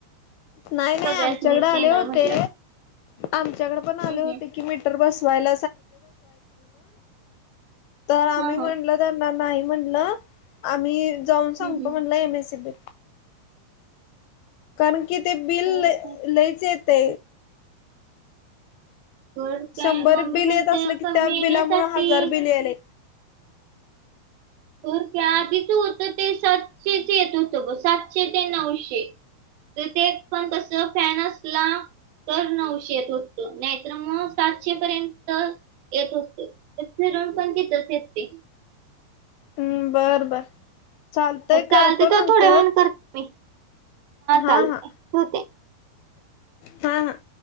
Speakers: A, on the left; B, on the right.
A: नाही नाही
B: सगळ्यासनीच
A: आमच्याकड आले
B: येणार
A: होते.
B: म्हटलं.
A: आमच्याकड पण आले
B: हम्म
A: होते.
B: हम्म
A: म्हण आम
B: हा हा
A: म्ह नाही म्हणलं आम्ही जाऊन
B: हम्म
A: सांगतो.
B: हम्म.
A: म्हणल एमसी बी कारण कि ते..
B: होर का?
A: नाहीच येते.
B: तर
A: शंभर
B: काय मम्मी
A: बिल
B: म्हणते
A: येत असलं की
B: कमी
A: त्या
B: येण्यासाठी
A: बिलामुळ हजार बिलिले..
B: तर त्या आधीच होतं ते सातशेच येत होतं ग सातशे ते नऊशे तर ते पण कसं फॅन असला. तर नऊशेत होतो नाहीतर मग सातशे पर्यंत, येत असत रंग पण क त तेच ते,
A: हम्म बर बर चालतय करतो
B: चालते
A: नंतर
B: तर थोड्या वेण करते मी,
A: हा
B: चालते
A: हा
B: ठेवते
A: हा हा